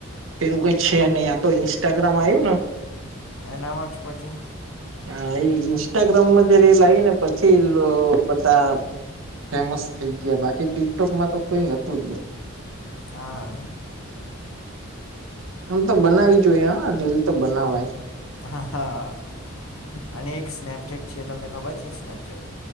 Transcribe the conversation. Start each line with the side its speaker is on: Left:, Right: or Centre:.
Right: પેલું કઈ છે નહી આ તો ઈન્સ્ટાગ્રામ આવ્યું ને.
Left: એનામાં જ પછી
Right: હ ઇન્સ્ટાગ્રામ રીલ આઈ ને પછી એ બધા ફેમસ થઈ ગયા બાકી ટીકટોકમાં તો કોઈ હતું જ નહી.
Left: હા
Right: આમ તો બનાવી જોઈએ રીલ તો બનાવાય.
Left: હા હા અને એક સ્નેપચેટ છે તમને ખબર છે સ્નેપચેટ.